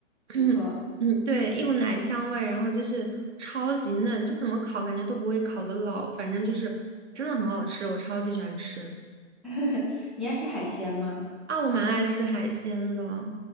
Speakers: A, on the right (about 60°); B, in the centre.
A: <clears throat>
B: 没错，
A: 嗯，对，一股奶香味，然后就是超级嫩，就怎么烤感觉都不会烤得老，反正就是真的很好吃，我超级喜欢吃。
B: <laughs> 你爱吃海鲜吗？
A: 啊，我蛮爱吃海鲜的。